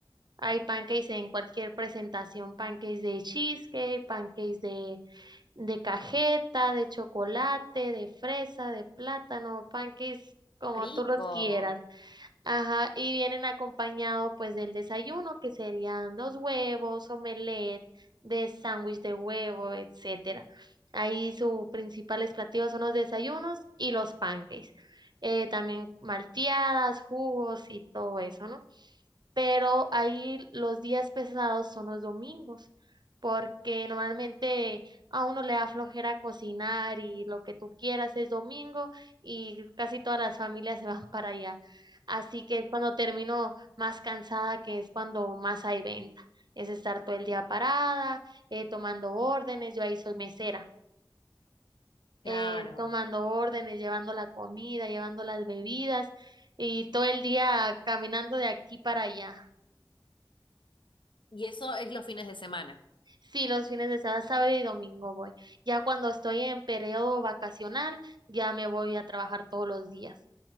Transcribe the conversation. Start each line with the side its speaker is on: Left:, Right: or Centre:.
Right: Hay pancakes en cualquier presentación, pancakes de cheesecake, pancakes de, de cajeta, de chocolate, de fresa, de plátano, pancakes como
Left: Rico,
Right: tú los quieras. Ajá, y vienen acompañado pues del desayuno, que serían los huevos, omelette, de sándwich de huevo, etcétera. Ahí sus principales platillos son los desayunos y los pancakes. Eh, también malteadas, jugos y todo eso, ¿no? Pero ahí los días pesados son los domingos, porque normalmente a uno le da flojera cocinar y lo que tú quieras es domingo y casi todas las familias <laughs> se van para allá. Así que es cuando termino más cansada, que es cuando más hay venta. Es estar todo el día parada, eh, tomando órdenes, yo ahí soy mesera,
Left: claro.
Right: eh, tomando órdenes, llevando la comida, llevando las bebidas y todo el día caminando de aquí para allá.
Left: Y eso es los fines de semana,
Right: Sí, los fines de semana, sábado y domingo voy. Ya cuando estoy en periodo vacacional, ya me voy a trabajar todos los días.